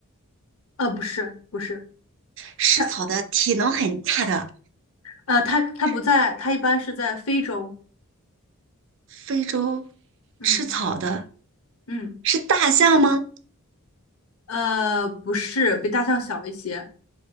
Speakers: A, on the left; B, on the right.
A: 呃，不是，不是，
B: 食草的，
A: 它，
B: 体能很大的，
A: 呃，它它不在，
B: 是
A: 它一般是在非洲，
B: 非洲
A: 嗯
B: 吃草的，
A: 嗯，
B: 是大象吗？
A: 呃，不是，比大象小一些，